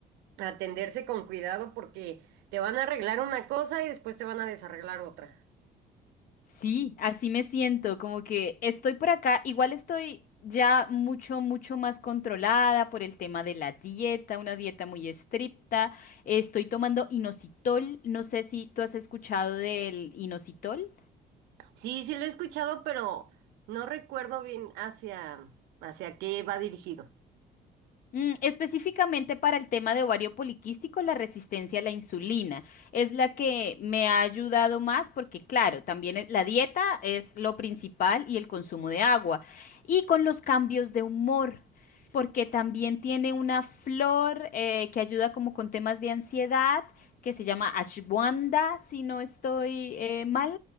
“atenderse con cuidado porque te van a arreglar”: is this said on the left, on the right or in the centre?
Right